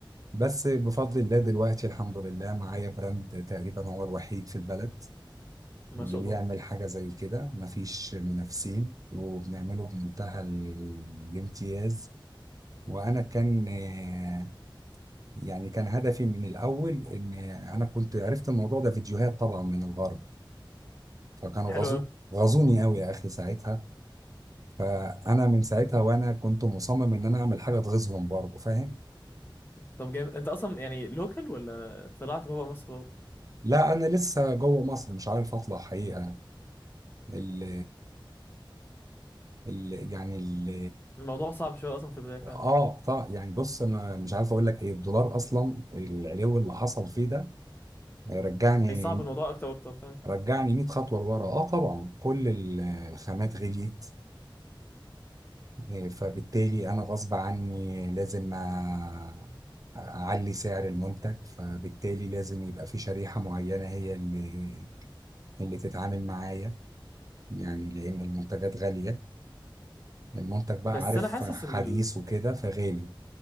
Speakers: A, on the right; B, on the left.
A: بس بفضل الله دلوقتي الحمد لله معايا براند تقريبا هو الوحيد في البلد
B: ما
A: اللي
B: شاء
A: بيعمل
B: الله
A: حاجة زي كده مفيش منافسين وبنعمله بمنتهى ال- الامتياز وأنا كان آه، يعني كان هدفي من الأول إن أنا كنت عرفت الموضوع ده فيديوهات طبعا من الغرب فكانوا
B: حلو
A: غزو
B: قوي
A: غزوني قوي يا أخي ساعتها فأنا من ساعتها وأنا كنت مصمم إن أنا أعمل حاجة تغيظهم برضه فاهم؟
B: طب جامد انت اصلا يعني لوكال ولا طلعت بابا مصر برضه
A: لا أنا لسه جوه مصر مش عارف أطلع حقيقة ال- ال يعني ال
B: الموضوع صعب شويه اصلا في البدايه فاهم
A: اه بتاع يعني بص انا مش عارف اقول لك ايه الدولار اصلا العلو اللي حصل فيه ده رجعني
B: هي صعب الموضوع اكتر واكتر فاهم
A: رجعني 100 خطوه لورا اه طبعا كل ال- الخامات غليت آه، فبالتالي انا غصب عني لازم أ- اعلي سعر المنتج فبالتالي لازم يبقى في شريحه معينه هي اللي اللي تتعامل معايا يعني لان المنتجات غاليه المنتج بقى
B: بس
A: عارف
B: انا حاسس
A: حديث
B: ان ال...
A: وكده فغالي